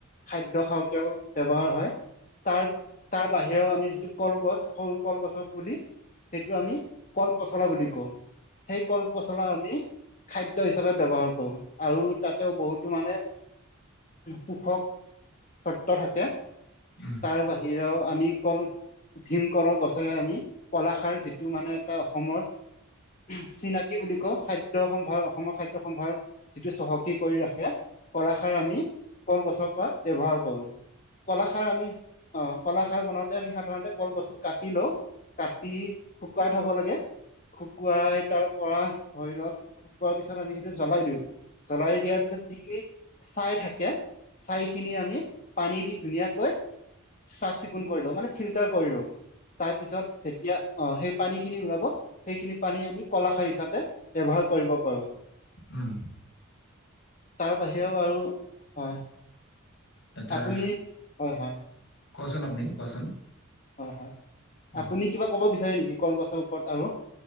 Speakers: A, on the left; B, on the left.
A: খাদ্য খাওঁতেও ব্যৱহাৰ হয় - তাৰ তাৰ বাহিৰেও আমি যিটো কলগছ সৰু কলগছৰ পুলি সেইটো আমি কল - কল পচলা বুলি কওঁ, সেই কল পচলা আমি খাদ্য হিচাপে ব্যৱহাৰ কৰো আৰু- তাতেও বহুতো মানে পোষক তত্ত্ব থাকে।
B: উম।
A: তাৰ বাহিৰেও আমি কল ভীমকলৰ গছেৰে আমি কলাখাৰ যি - ইটো মানে এটা অসমৰ চিনা কি বুলি কও খাদ্য সম্ভাৰ অসমৰ খাদ্য সম্ভাৰ যিটো চহকী কৰি ৰাখে কলাখাৰ আমি কলগছৰ পৰা ব্যৱহাৰ কৰো কলাখাৰ আমি অ কলাখাৰ বনাওঁতে আমি সাধাৰণতে কল গছটো কাটি লওঁ কাটি শুকুৱাই থ'ব লাগে শুকুৱাই তাৰ পৰা ধৰি লওক শুকুৱাৰ পিছত আমি সেইটো জ্বলাই দিওঁ জ্বলাই দিয়াৰ পিছত যিখিনি ছাই থাকে ছাই খিনি আমি পানী দি ধুনীয়াকৈ চাফ চিকুণ কৰি লও মানে ফিল্টাৰ কৰিলো তাৰ পিছত যেতিয়া আহ সেই পানী খিনি ওলাব সেইখিনি পানী আমি কলাখাৰ হিচাপে ব্যৱহাৰ কৰিব পাৰো
B: উম
A: তাৰ বাহিৰেও আৰু হয়
B: এতিয়া
A: আপুনি হয় হয়
B: কোৱাচোন আপুনি কোৱাচোন
A: হয় হয়
B: উম,
A: আপুনি কিবা ক'ব বিচাৰে নেকি কল গছৰ ওপৰত আৰু